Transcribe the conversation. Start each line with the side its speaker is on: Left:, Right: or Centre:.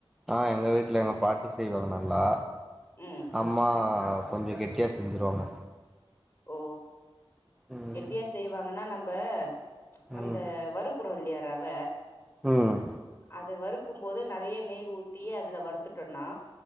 Centre: ஆ எங்க வீட்ல எங்க பாட்டி செய்வாங்க நல்லா
Left: ம்
Centre: அம்மா கொஞ்சோ கெட்டியாக செஞ்சுருவாங்க
Left: ஓ
Centre: ம்
Left: கெட்டியா செய்வாங்கன்னா நம்மப
Centre: ம்
Left: அந்த வருக்குறோல்லியா ரவ
Centre: ம்
Left: அது வறுக்கும் போது நெறைய நெய் ஊத்தி அதுல வறுத்துட்டோன்னா